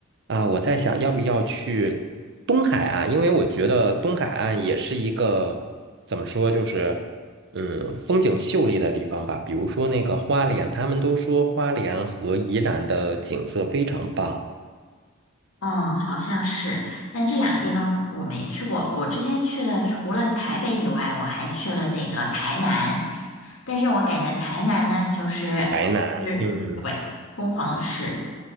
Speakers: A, on the right (about 55°); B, on the left (about 75°).
A: 啊、我在想要不要去东海岸，因为我觉得东海岸也是一个怎么说，就是嗯风景秀丽的地方吧，比如说那个花莲，他们都说花莲和宜兰的景色非常棒，
B: 嗯，好像是，但这两个地方我没去过。我之前去的除了台北以外，我还去了那个台南，但是我感觉台南呢，就是是对，
A: 台南。嗯。
B: 疯狂的吃，